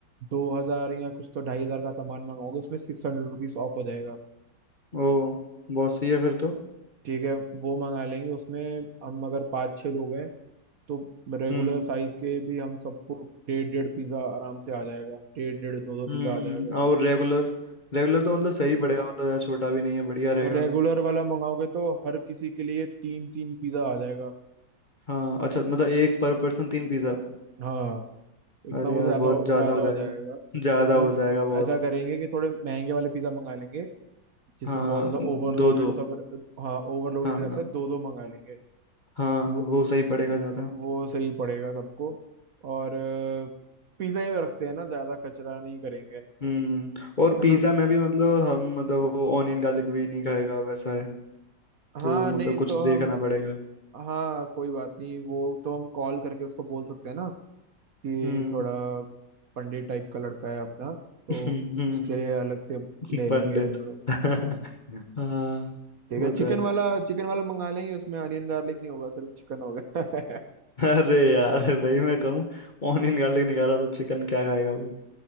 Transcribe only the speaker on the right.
दो हजार या कुछ तो ढाई हजार का सामान मंगाओगे उसमें सिक्स हंड्रेड रुपीज ऑफ हो जाएगा
ठीक है वो मंगा लेंगे उसमें हम अगर पाँच छः लोग हैं तो रेगुलर
साइज के भी हम सबको डेढ़ डेढ़ पिज्जा आराम से आ जाएगा डेढ़ डेढ़ दो दो
पिज्जा आ जाएगा
और रेगुलर वाला मंगाओगे तो हर किसी के लिए तीन तीन पिज्जा आ जाएगा
हाँ इतना
बहुत
ज्यादा
ज्यादा
हो
जाएगा तो
हम
ऐसा करेंगे कि थोड़े महंगे वाले पिज्जा मंगा लेंगे जिसमें
बहुत ज्यादा ओवरलोडेड
सब हाँ ओवरलोडेड
रहता है दो दो मंगा लेंगे
वो
वो सही पड़ेगा सबको और पिज्जा ही रखते हैं ना ज्यादा कचरा नहीं करेंगे
है
ना
हाँ
नहीं
तो
हम
हाँ कोई बात नहीं वो तो हम कॉल करके उसको बोल सकते हैं ना कि
थोड़ा पंडित टाइप का लड़का है अपना तो
उसके लिए अलग से
ले
लेंगे हम लोग
ठीक
है चिकन
वाला चिकन वाला मंगा लेंगे उसमें अनियन गार्लिक नहीं होगा सिर्फ चिकन होगा <laughs>